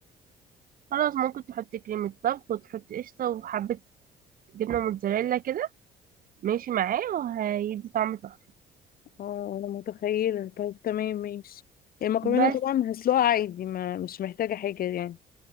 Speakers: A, on the right; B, on the left.
A: خلاص ممكن تحطي كريمة طبخ وتحطي قشطة وحبة جبنة موتزاريلا كده ماشي معاه وهيدي طعم تحفة
B: اه انا متخيلة طيب تمام ماشي المكرونة
A: بس
B: طبعا هسلقها عادي ما مش محتاجة حاجة يعني